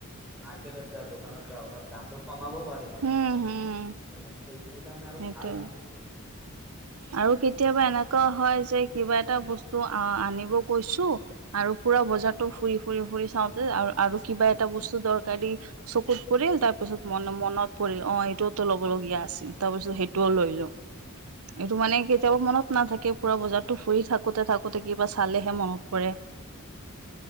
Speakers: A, in the centre; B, on the right (about 85°).
A: মাৰ্কেটত যাওঁ দোকানত যাওঁ অলপ দামটো কমাবও পাৰি।
B: হম হম
A: সেইকাৰণে আৰু
B: সেইটোয়ে
A: ভাল, এইটো
B: আৰু কেতিয়াবা এনেকুৱা হয় যে কিবা এটা বস্তু আহ আনিব কৈছো আৰু বজ ফু ফু ফু চাতে আৰু কিবা এটা বস্তু দৰকাৰ চকুত পৰিল, তাৰ পিছত ম মনত পৰিল অ এইটোওতো ল'ব লগগীয়া আছিল তাৰ পিছত সেইটোও লৈ লো,
A: উ
B: এইটো মানে কেতিয়াবা মনত নাথাকে পুৰা বজাৰতো ফুৰি থাকোতে থাকোতে কিবা চালেহে মনত পৰে,